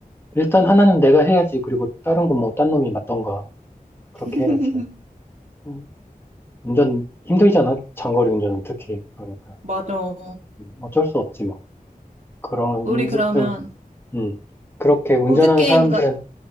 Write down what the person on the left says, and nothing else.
일단 하나는 내가 해야지. 그리고 다른 건 뭐, 딴 놈이 맞던가. 그렇게
해야지. 음. 운전 힘들잖아. 장거리 운전은 특히. 그러니까.
음. 어쩔 수 없지 뭐. 그러면
이제
좀, 음, 그렇게 운전하는
사람들은,